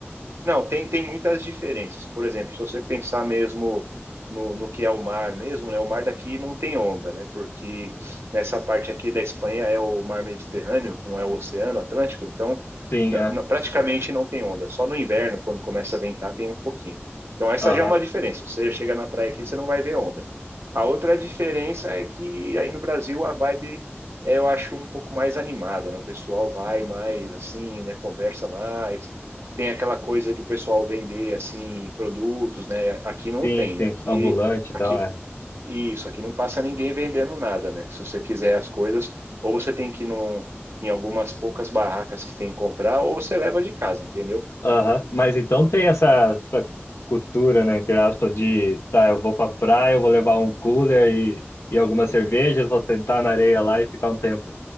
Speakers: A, on the right (about 70°); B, on the left (about 75°).
A: não, tem, tem muitas diferenças. Por exemplo, se você pensar mesmo no, no que é o mar mesmo, né? O mar daqui não tem onda, né? Porque nessa parte aqui da Espanha é o mar Mediterrâneo, não é o Oceano Atlântico, então
B: Sim,
A: na-
B: é.
A: na- praticamente não tem onda. Só no inverno, quando começa a ventar, tem um pouquinho. Então essa
B: Aham.
A: já é uma diferença. Você chega na praia aqui, você não vai ver onda. A outra diferença é que aí no Brasil a vibe é, eu acho, um pouco mais animada, né? O pessoal vai mais assim, né? Conversa mais tem aquela coisa de o pessoal vender assim produtos, né? Aqui não
B: Sim,
A: tem,
B: sim.
A: né? aqui
B: Ambulante
A: aqui
B: e tal, é.
A: isso, aqui não passa ninguém vendendo nada, né? Se você quiser as coisas, ou você tem que ir num, em algumas poucas barracas que tem que comprar, ou você leva de casa, entendeu?
B: Aham. Mas então tem essa, essa cultura, né, entre aspas, de, tá, eu vou pra praia, eu vou levar um cooler e, e algumas cervejas, vou sentar na areia lá e ficar um tempo.